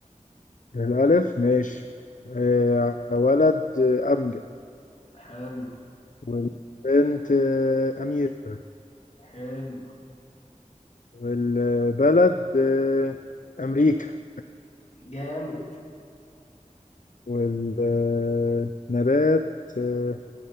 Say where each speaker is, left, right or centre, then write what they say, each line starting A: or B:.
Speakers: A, on the left; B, on the left.
A: الألف ماشي آه ولد آه، أمجد
B: حلو
A: والبنت آه، أميرة
B: حلو
A: والبلد آه، أمريكا
B: جامد
A: والنبات آه،